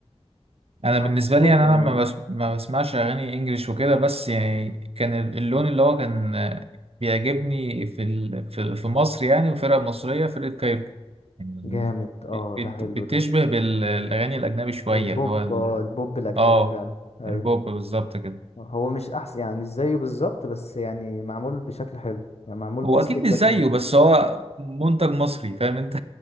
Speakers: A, on the right (about 60°); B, on the left (about 70°).
A: انا
B: معاك
A: بالنسبه
B: في كله
A: لي يعني انا ما,
B: يعني.
A: بس ما بسمعش اغاني انجليش وكده بس يعني كان ال- اللون اللي هو كان آه، بيعجبني في ال في, في مصر يعني وفرقه مصريه فرقه كايروكي يعني
B: جامد اه
A: بت-
B: ده حلو
A: بتشبه
B: ده
A: بالاغاني الاجنبي شويه
B: البوب
A: اللي هو ال-
B: اه البوب الاجنبي
A: اه
B: كان ايوه
A: البوب بالظبط كده
B: هو مش احسن يعني مش زيه بالظبط بس يعني معمول بشكل حلو يعني معمول
A: هو
B: مصري
A: اكيد
B: بشكل
A: مش زيه
B: حلو
A: بس هو منتج مصري فاهم انت